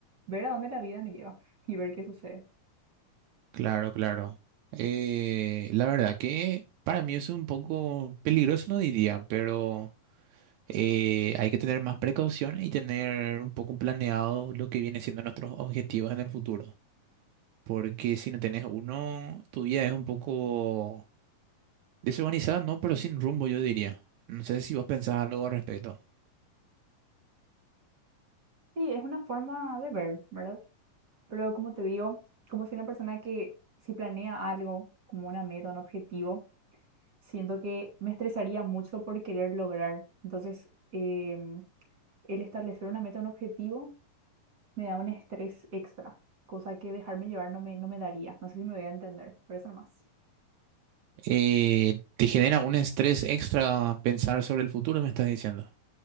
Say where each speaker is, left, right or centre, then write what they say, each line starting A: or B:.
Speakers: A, on the right; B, on the right.
A: ver a dónde la vida me lleva <laughs> y ver qué sucede.
B: Claro, claro. Eh, la verdad que para mí eso es un poco peligroso, no diría, pero eh, hay que tener más precaución y tener un poco planeado lo que viene siendo nuestros objetivos en el futuro. Porque si no tenés uno, tu vida es un poco Desorganizada no, pero sin rumbo, yo diría. No sé si vos pensás algo al respecto.
A: Sí, es una forma de ver, ¿verdad? Pero como te digo, como soy una persona que si planea algo como una meta, un objetivo, siento que me estresaría mucho por querer lograr. Entonces, em, el establecer una meta, un objetivo, me da un estrés extra, cosa que dejarme llevar no me, no me daría. No sé si me voy a entender, por eso nomás.
B: Eh, ¿te genera un estrés extra pensar sobre el futuro, me estás diciendo?